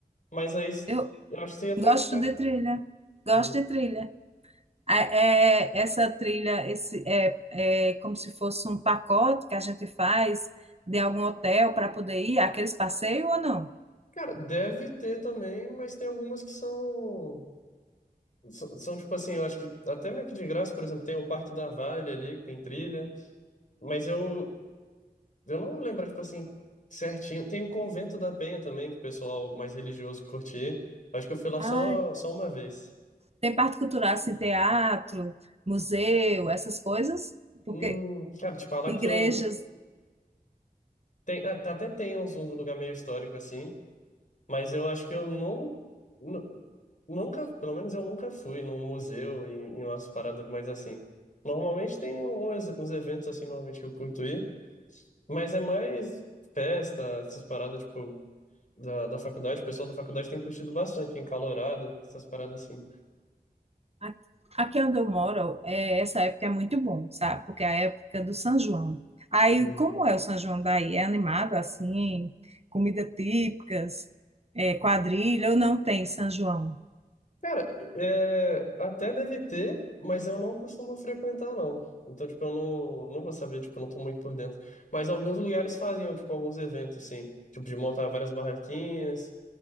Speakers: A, on the left (about 55°); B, on the right (about 40°).
A: Mas aí
B: Eu
A: eu acho que você ia ter
B: gosto
A: que tá.
B: de trilha. Gosto
A: Uhum.
B: de trilha. É, é- essa trilha, esse é, é como se fosse um pacote que a gente faz de algum hotel para poder ir, aqueles passeios ou não?
A: Cara, deve ter também, mas tem algumas que são. São, são, tipo assim, eu acho que até meio que de graça, por exemplo, tem o Parque da Vale ali, que tem trilha, mas eu, Eu não vou lembrar, tipo assim, certinho. Tem o Convento da Penha também, que o pessoal mais religioso curtia. Acho que eu fui lá
B: Ah,
A: só, só uma vez.
B: tem parte cultural, assim, teatro, museu, essas coisas, porque
A: Hum, cara, te falar
B: igrejas
A: que eu. Tem, ah, tá- até tem uns, uns lugar meio histórico assim, mas eu acho que eu não. nu- Nunca, pelo menos eu nunca fui num museu, em, em umas paradas mais assim. Normalmente tem um, uns, uns eventos assim, normalmente que eu curto ir, mas é mais festa, essas paradas, tipo. da, da faculdade, o pessoal da faculdade tem curtido bastante, encalorada, essas paradas assim.
B: A- Aqui onde eu moro, é, essa época é muito bom, sabe? Porque é a época do São João. Aí,
A: Uhum.
B: como é o São João daí? É animado assim? Comida típicas, é, quadrilha ou não tem São João?
A: Cara, é, até deve ter, mas eu não costumo frequentar, não. Então, tipo, eu não, não vou saber, tipo, eu não tô muito por dentro. Mas alguns lugares fazem, tipo, alguns eventos, assim, tipo, de montar várias barraquinhas,